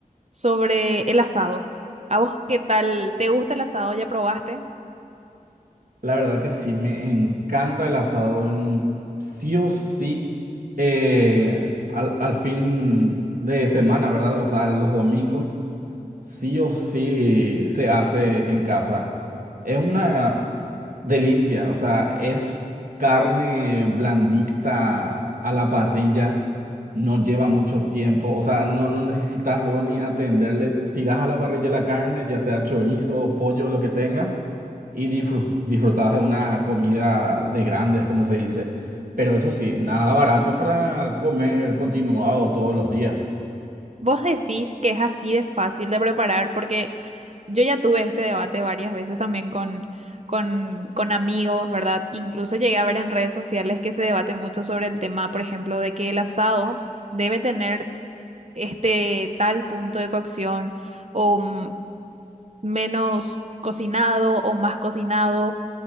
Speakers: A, on the right (about 50°); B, on the right (about 75°).
A: sobre el asado. ¿A vos qué tal? ¿Te gusta el asado? ¿Ya probaste?
B: La verdad que sí, me encanta el asado. en- Sí o sí, eh, al, al fin de semana, ¿verdad? O sea, los domingos, sí o sí se hace en casa. Es una delicia, o sea, es carne blandita a la parrilla, no lleva mucho tiempo, o sea, no, no necesitas luego ni atenderle, tiras a la parrilla la carne, ya sea chorizo o pollo, lo que tengas y disfrut- disfrutabas de una comida de grandes, como se dice. Pero eso sí, nada barato para comer continuado todos los días.
A: Vos decís que es así de fácil de preparar, porque yo ya tuve este debate varias veces también con, con, con amigos, ¿verdad? Incluso llegué a ver en redes sociales que se debate mucho sobre el tema, por ejemplo, de que el asado debe tener este tal punto de cocción o mm, menos cocinado o más cocinado.